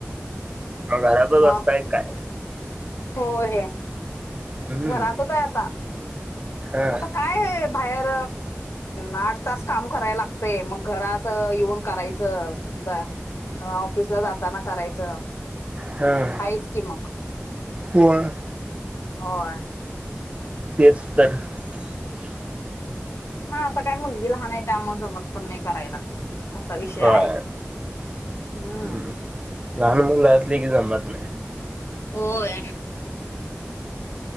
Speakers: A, on the right (about 25°); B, on the left (about 80°).
A: मग घरातच
B: मग
A: असताय काय?
B: होय.
A: हम्म.
B: घरातच आहे आता <inaudible>
A: हा
B: आता काय बाहेर आठ तास काम करायला लागतय, मग घरात <inaudible> येऊन करायचं, जा ऑफिस ला जाताना करायचं, <inaudible>
A: हम
B: आहेच की मग
A: पण <inaudible>
B: होय
A: तेच तर <inaudible>
B: ह आता काय मुलगी लहान आहे त्यामुळ जमत पण नाही करायला. <inaudible> विषय
A: काय
B: आहे हम्म
A: हम् लहान मुल असले की जमत नाही. <unintelligible>
B: होय